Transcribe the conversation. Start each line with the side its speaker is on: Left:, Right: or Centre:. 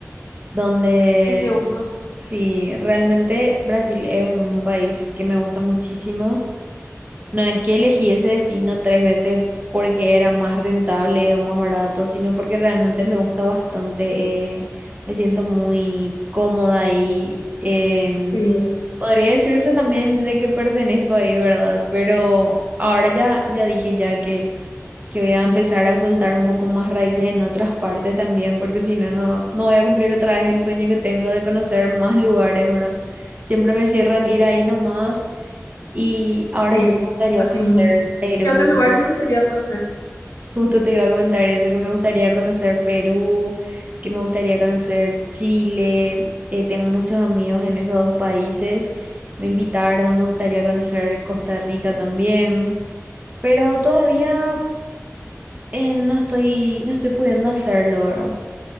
Right: donde
Left: Ay, qué gusto.
Right: Sí, realmente Brasil es un país que me gusta muchísimo. No es que elegí ese destino tres veces porque era más rentable o más barato, sino porque realmente me gusta bastante. eh, me siento muy cómoda ahí. en-
Left: Sí,
Right: podría decirse también de que pertenezco ahí, ¿verdad? Pero ahora ya, ya dije ya que voy a empezar a soltar un poco más raíces en otras partes también, porque si no, no, no voy a cumplir otra vez el sueño que tengo de conocer más lugares, ¿verdad? Siempre me cierro en ir ahí nomás y ahora
Left: sí,
Right: sí me gustaría
Left: así
Right: conocer
Left: mismo.
Right: Perú.
Left: ¿Y qué otros lugares te gustaría conocer?
Right: Justo te iba a comentar eso, que me gustaría conocer Perú, que me gustaría conocer Chile. Eh, tengo muchos amigos en esos dos países. Me invitaron, me gustaría conocer Costa Rica también, pero todavía eh, no estoy, no estoy pudiendo hacerlo, ¿verdad?